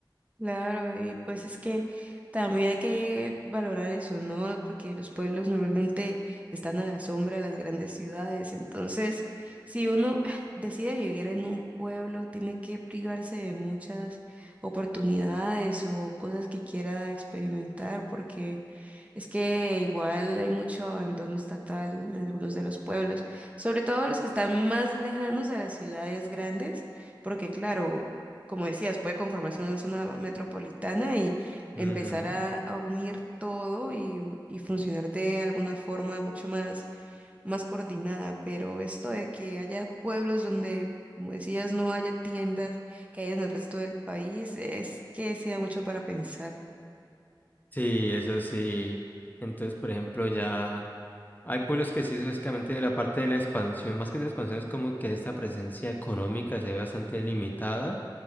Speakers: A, on the right; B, on the left.
A: Claro, y pues es que también hay que valorar eso, ¿no? Porque los pueblos normalmente están a la sombra de las grandes ciudades. Entonces, si uno ah, decide vivir en un pueblo, tiene que privarse de muchas oportunidades o cosas que quiera experimentar, porque es que igual hay mucho abandono estatal en algunos de los pueblos, sobre todo los que están más lejanos a las ciudades grandes, porque claro, como decías, puede conformarse una zona metropolitana y empezar
B: Ujú.
A: a, a unir todo y, y funcionar de alguna forma mucho más, más coordinada, pero esto de que haya pueblos donde, como decías, no haya tiendas que hay en el resto del país, es que sí da mucho para pensar.
B: Sí, eso sí. Entonces, por ejemplo, ya hay pueblos que sí, básicamente de la parte de la expansión, más que de la expansión, es como que esta presencia económica se ve bastante limitada.